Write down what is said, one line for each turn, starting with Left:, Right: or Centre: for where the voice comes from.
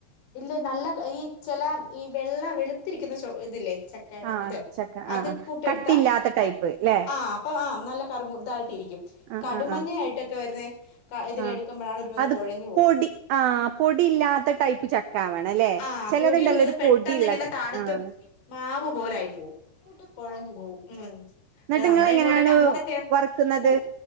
Left: ഇല്ല നല്ല ഈ ചെല ഈ വെള്ള വെളുത്തിരിക്കുന്ന ചൊ ഇതില്ലേ ചക്കേടെ
Right: ആഹ്
Left: ഇത്
Right: ചക്ക
Left: അത്
Right: ആഹ് ആഹ്
Left: കൂട്ട്
Right: കട്ടില്ലാത്ത
Left: എടുത്താ
Right: ടൈപ്പ് ല്ലേ
Left: ആ അപ്പ ആ നല്ല കറുമു ഇതായി ട്ടിരിക്കും
Right: ആഹ്
Left: കടുംമഞ്ഞ
Right: ആഹ് ആഹ്
Left: ആയിട്ടൊക്കെ വരുന്ന ഇതില്
Right: ആഹ്
Left: എടുക്കുമ്പോഴാണ് ഒരു മാതിരി
Right: അത്
Left: കൊഴഞ്ഞു പോകുന്നത്
Right: പൊടി ആഹ് പൊടി ഇല്ലാത്ത ടൈപ്പ് ചക്ക ആവണം അല്ലേ
Left: ആഹ്
Right: ചിലതുണ്ടല്ലോ
Left: പൊടിയുള്ളത്
Right: ഒരു
Left: പെട്ടെന്ന്
Right: പൊടിയുള്ള
Left: ഇങ്ങനെ
Right: ടൈപ്പ്
Left: തണുത്ത്
Right: ആഹ്
Left: മാവ് പോല ആയി പോവും കൊഴഞ്ഞു പോവും ഉം
Right: എന്നിട്ട്ങ്ങള്
Left: നമ്മടെ
Right: എങ്ങനെയാണ്
Left: ഇങ്ങോട്ടൊക്കെ അങ്ങനത്തെ
Right: വറ്ക്കുന്നത്
Left: കു